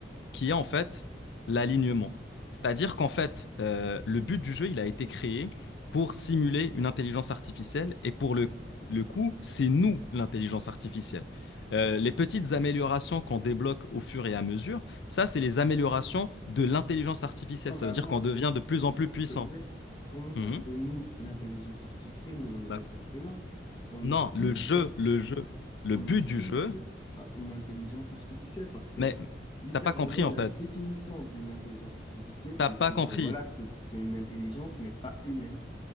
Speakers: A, on the left; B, on the left.
A: qui est en fait l'alignement. C'est-à-dire qu'en fait, euh, le but du jeu, il a été créé pour simuler une intelligence artificielle et pour le, le coup, c'est nous l'intelligence artificielle. Euh, les petites améliorations qu'on débloque au fur et à mesure, ça, c'est les améliorations de l'intelligence artificielle.
B: Non,
A: Ça
B: mais
A: veut
B: attends,
A: dire qu'on devient
B: laisse-moi
A: de
B: te
A: plus
B: couper,
A: en plus
B: s'il
A: puissant.
B: te plaît. Comment ça,
A: Mhm.
B: c'est nous, l'intelligence artificielle? Nous, on est
A: Bah,
B: des êtres humains. On
A: Non,
B: est
A: le
B: tous
A: jeu,
B: sauf,
A: le jeu, le
B: on
A: but
B: est
A: du
B: tous
A: jeu,
B: sauf un- une intelligence artificielle parce que
A: mais
B: littéralement,
A: t'as pas compris
B: la
A: en fait.
B: définition d'une intelligence artificielle, c'est
A: T'as pas
B: que euh,
A: compris.
B: voilà, c'est c'est une intelligence, mais pas humaine.